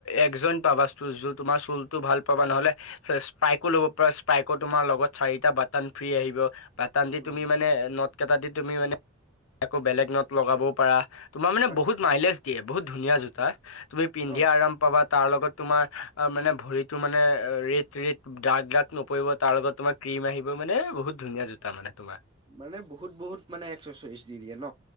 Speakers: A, on the left (about 70°); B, on the right (about 20°).
A: একজন পাবা চুল য তোমাৰ চুলতটো ভাল পাবা নহ'লে। স্পাইকো ল'ব পাৰা স্পাইকো তোমাৰ লগত চাৰিটা বাটান ফ্ৰী আহিব। বাটান দি
B: অ',
A: তুমি মানে নদ কেইটা দি তুমি মানে আকৌ বেলেগ নদ লগাবও পাৰা। তোমাৰ মানে
B: আচ্ছা।
A: বহুত মাইলেজ দিয়ে, বহুত ধুনীয়া জোতা, তুমি পিন্ধি
B: অ',
A: আৰাম পাবা। তাৰ লগত তোমাৰ মানে ভৰিতো মানে ৰেট ৰেত ডাগ ডাগ নপৰিব তাৰ লগত তোমাৰ টিম আহিব মানে বহুত ধুনীয়া জোতা মানে। তোমাৰ
B: মানে বহুত বহুত মানে একশ চ‌ইশ দি দিয়ে ন।